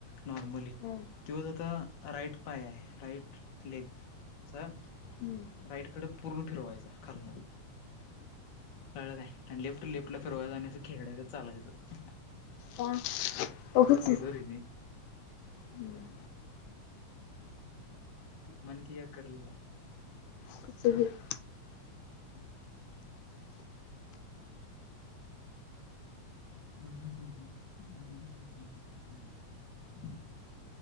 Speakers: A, on the left; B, on the left.
A: नॉर्मली.
B: हम्म,
A: तोच आता राईट पाय आहे, राईट लेग असा.
B: हम्म,
A: राईडकडे पूर्ण फिरवायचा खालण. कळलं काय. आणि लेफ्ट-लेफ्टला फिरवायचा आणि असं खेकड्यागत चालायचं.
B: का उगचच.
A: तसं केलो रे मी.
B: हम्म.
A: मन किया कर लिया.
B: कचबी <unintelligible>
A: हुं हू हुं हुं हुं हू हू <unintelligible>